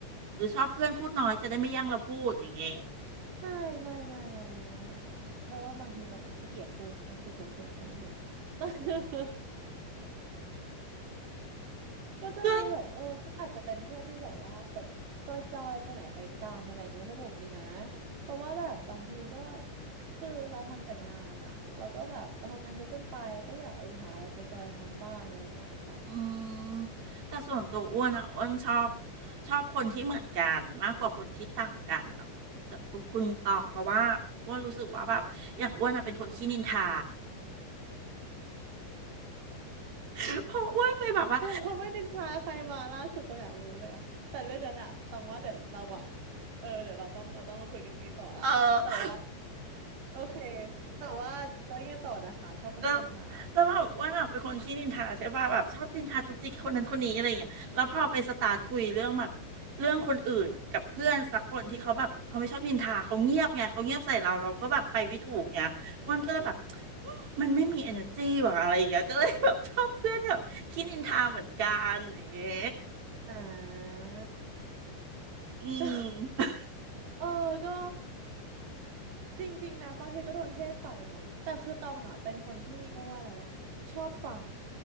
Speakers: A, on the right (about 35°); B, on the right (about 70°).
A: หรือชอบเพื่อนพูดน้อยจะได้ไม่แย่งเราพูดอย่างเงี้ย
B: ไม่ไม่ไม่ไม่ไม่ไม่ไม่ไม่ไม่เพราะว่าบางทีต้องอาจขี้เกียจพูดนะต้องพูดเยอะเกินนะต้องก็เหนื่อย <laughs> ต้อง <laughs> ก็จะมีแบบเออก็อาจจะเป็นเพื่อนที่แบบว่าแบบจอยจอยไปไหนไปกันอะไรอย่างเงี้ยมันสนุกดีนะ
A: ก็
B: เพราะว่าแบบบางทีก็คือเราทำแต่งานอ่ะแล้วก็แบบเราทำงานเยอะเกินไปแล้วก็อยากเออหาอะไรจอยจอยทำบ้างอะไรอย่างเงี้ยค่ะ
A: อืมแต่ส่วนตัวอ้วนอ่ะอ้วนชอบชอบคนที่เหมือนกันมากกว่าคนที่ต่างกันอ่ะคุณตคุณตองเพราะว่าอ้วนรู้สึกว่าแบบอย่างอ้วนอ่ะเป็นคนขี้นินทา <laughs> เพราะอ้วนไปแบบว่า
B: เราไม่นินทาใครมาล่าสุดต้องอยากรู้เลยอ่ะแต่เรื่องนั้นอะต้องว่าเดี๋ยวเราแบบเออเดี๋ยวเราต้องเราต้องมาคุยกันดีต่อละแต่ว่า
A: เออ
B: โอเค แต่ว่าแล้วยังไงต่อนะคะชอบคนที่นินทา
A: แล้วแล้วแบบอว่าน่ะเป็นคนขี้นินทาใช่ป่ะแบบชอบนินทาจุกจิกคนนั้นคนนี้อะไรอย่างเงี้ยแล้วพอไปสตาร์ทคุยเรื่องแบบเรื่องคนอื่นกับเพื่อนสักคนที่เขาแบบเขาไม่ชอบนินทาเขาเงียบไงเขาเงียบใส่เราเราก็แบบไปไม่ถูกเงี้ยอ้วันก็เลยแบบอืมมันไม่มี energy ว่ะอะไรอย่างเงี้ยก็เลยแบบชอบเพื่อนแบบขี้นินทาเหมือนกันอย่างเงี้ย
B: อ่า
A: อืม
B: ชอบ <laughs> เออก็ จริงๆนะบางทีก็โดนเทศใส่เนาะแต่คือตองอ่ะเป็นคนที่เรียกว่าอะไรอ่ะชอบฟัง